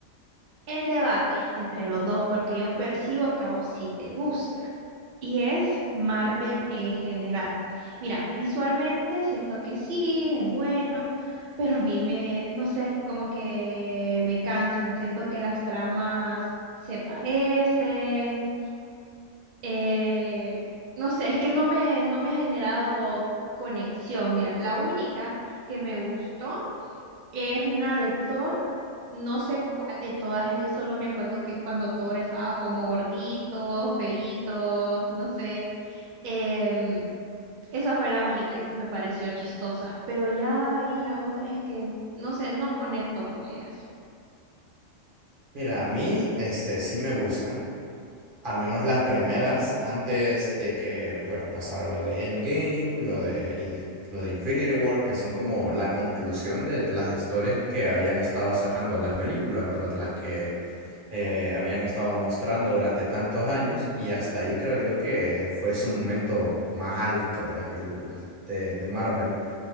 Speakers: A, on the right (about 65°); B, on the right (about 45°).
A: en debate entre los dos, porque yo percibo que a vos sí te gusta. Y es Marvel en general. Mira, visualmente siento que sí, es bueno, pero a mí me, no sé, como que me cansan. Siento que las tramas se parecen. eh, no sé, es que no me, no me ha generado conexión. Mira, la única que me gustó es una de Thor, no sé cuál de todas es, solo me acuerdo que es cuando Thor estaba como gordito, feíto, no sé. Em, esa fue la única y que me pareció chistosa, pero ya ahí las otras es que, no sé, no conecto con ellas.
B: Mira, a mí este, sí me gustan, al menos las primeras, antes de que, bueno, pasara lo de Endgame, lo de, In- lo de Infinity War, que son como la conclusión de las historias que habían estado sacando las películas, ¿verdad? Las que eh, habían estado mostrando durante tantos años, y hasta ahí creo yo que fue su momento más alto de las películas de de Marvel.